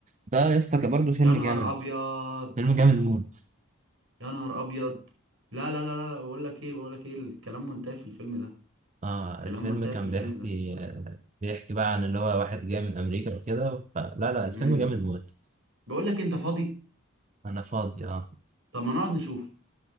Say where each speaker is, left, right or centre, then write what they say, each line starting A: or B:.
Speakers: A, on the right (about 35°); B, on the right (about 65°).
A: ده يا اسطى كان برضه فيلم
B: يا نهار
A: جامد
B: أبيض
A: فيلم جامد موت
B: يا نهار أبيض لا لا لا لا لا، بقول لك إيه بقول لك إيه الكلام منتهي في الفيلم ده
A: اه
B: الكلام
A: الفيلم
B: منتهي
A: كان
B: في الفيلم
A: بيحكي
B: ده
A: آه، بيحكي بقى عن اللي هو واحد جاي من امريكا وكده فلا لا الفيلم
B: امم
A: جامد موت
B: بقول لك أنت فاضي
A: انا فاضي اه
B: طب ما نقعد نشوف